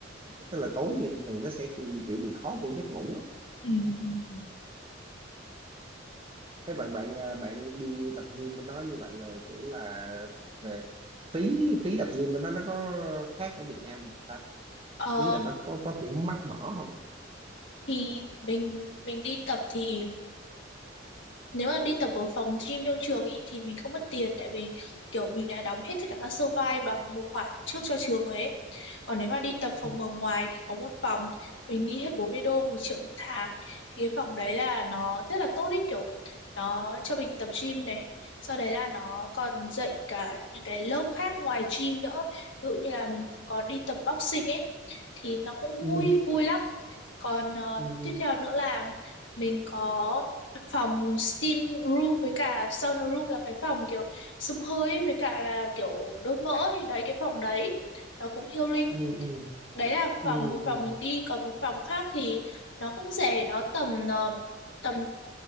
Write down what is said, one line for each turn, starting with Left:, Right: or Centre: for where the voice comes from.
Right: tức là tối thì thường nó sẽ kiểu bị khó vô giấc ngủ á
Left: ừ, ừ, ừ.
Right: thế bạn bạn à, bạn đi tập gym bên đó như vậy rồi kiểu là về phí phí tập gym bên đó nó có khác ở Việt Nam mình ta
Left: Ờ,
Right: ý là nó có có kiểu mắc Ồ. mỏ không
Left: thì mình mình đi tập thì nếu mà đi tập ở phòng gym trong trường ý thì mình không mất tiền tại vì kiểu mình đã đóng hết tất cả các sơ vai bằng một khoản trước cho trường rồi ấy còn nếu mà đi tập phòng
Right: ừ
Left: ở ngoài thì có một phòng mình đi hết 40 đô một triệu một tháng thì cái phòng đấy là nó rất là tốt ý kiểu nó cho mình tập gym này sau đấy là nó còn dạy cả những cái lớp khác ngoài gym nữa ví dụ như là mình cũng có đi tập boxing ấy thì nó cũng
Right: ừ
Left: vui vui lắm còn ờ,
Right: ừ
Left: tiếp theo nữa là mình có phòng steam room với cả sauna room là cái phòng kiểu xông hơi ấy, với cả là kiểu đốt mỡ thì đấy cái phòng đấy nó cũng healing
Right: ừ ừ
Left: đấy là
Right: ừ
Left: phòng một
Right: ừ
Left: phòng mình đi còn một phòng khác thì nó cũng rẻ nó tầm ờ, tầm